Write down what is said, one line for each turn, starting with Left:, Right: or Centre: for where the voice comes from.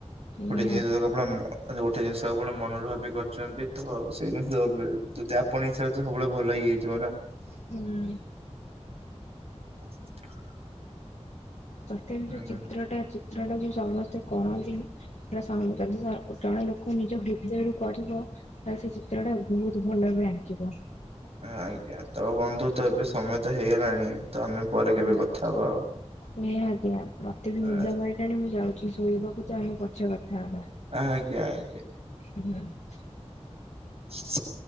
Right: ଗୋଟେ
Left: ନିହାତି
Right: ଜିନିଷ ଆପଣ ଗୋଟେ ଜିନିଷ ମନରୁ ଭାବି କରିଛନ୍ତି ତ ସେଇ ଜିନିଷ ଯଦି ଆପଣ ହିସାବରେ ତ ସବୁବେଳେ ଭଲ ହେଇଥିବ ନା।
Left: ହୁଁ।
Right: <inaudible>
Left: <inaudible> ରେ
Right: ହୁଁ
Left: ଚିତ୍ର ଟ ଚିତ୍ର ଟା ଯୋଉ ସମସ୍ତେ କରନ୍ତି ନା ସେଇଟା ଜଣେ ଲୋକ ନିଜ ହୃଦୟରୁୁ କରିବ ତାହେଲେ ସେ ଚିତ୍ର ଟା ବହୁତ ଭଲରେ ଆଙ୍କିବ।
Right: ଆଜ୍ଞା ତ ବନ୍ଧୁ ତ ଏବେ ସମୟ ତ ହେଇଗଲାଣି ତ ଆମେ ପରେ
Left: ହୁଁ
Right: କେବେ କଥା ହବା ଆଉ।
Left: ନିହାତି ମତେ ବି
Right: ଆ-
Left: ନିଦ ମାଇଲାଣି ମୁଁ ଯାଉଚି ଶୋଇବାକୁ ତ ଆମେ ପଛେ କଥା ହବା।
Right: ହ ଆଜ୍ଞା, ଆଜ୍ଞା।
Left: <inaudible>
Right: <inaudible>